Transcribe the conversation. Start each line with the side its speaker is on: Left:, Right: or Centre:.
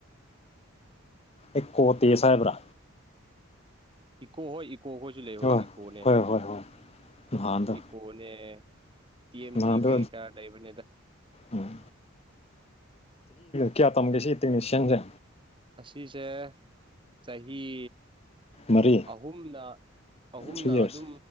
Left: ꯏꯣꯠꯇꯁꯦꯕ꯭ꯔꯥ
Right: ꯏꯀꯣ ꯍꯣꯏ ꯏꯀꯣ ꯍꯣꯏꯁꯨ ꯂꯩꯍꯣꯏ
Left: ꯍꯣꯏ
Right: ꯏꯀꯣꯅꯦ
Left: ꯍꯣꯏ ꯍꯣꯏ ꯍꯣꯏ ꯅꯍꯥꯟꯗꯣ
Right: ꯏꯀꯣꯅꯦ ꯇꯤꯦꯝ
Left: ꯅꯍꯥꯟꯗꯣ
Right: ꯇ ꯀꯔꯤ ꯀ ꯂꯩꯥꯏꯕꯅꯤ ꯍ
Left: ꯎꯝ ꯀꯌꯥ ꯇꯝꯒꯦꯁꯤꯍꯤ ꯇꯁꯟꯁꯦ
Right: ꯑꯁꯤꯁꯦ ꯆꯍꯤ
Left: ꯃꯔꯤ
Right: ꯑꯍꯨꯝꯅ ꯑꯍꯨꯝꯅ
Left: ꯊ꯭ꯔꯤ ꯌꯔꯁ
Right: ꯑꯗꯨꯝ